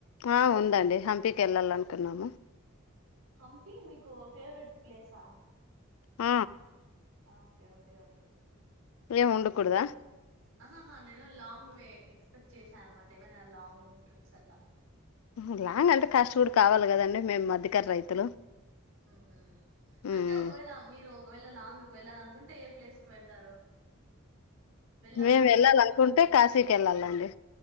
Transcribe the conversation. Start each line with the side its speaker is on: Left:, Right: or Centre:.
Left: ఆ ఉందండి హంపీకి వెళ్ళాలనుకున్నాము
Right: హంపి మీకు ఫేవరెట్ ప్లేసా
Left: ఆ
Right: ఓకే ఓకే ఓకే
Left: ఏముండకూడదా
Right: ఆహాహ నేను లాంగ్వే ఎక్స్పెక్ట్ చేశాను అనమాట ఏవైనా లాంగ్ ట్రిప్స్ అట్లా
Left: ఆహా లాంగ్ అంటే ఖర్చు కూడా కావాలి కదండి మేము మధ్యకర రైతులు
Right: ఉహు
Left: ఉమ్
Right: అంటే ఒకవేళ మీరు ఒకవేళ లాంగ్ కి వెళ్లాలనుకుంటే ఏ ప్లేస్ కి వెళ్తారు వెళ్ళాలని
Left: మేము
Right: అనుకో
Left: వెళ్ళాలి అనుకుంటే
Right: ఆ,
Left: కాశీకి వెళ్ళాలండి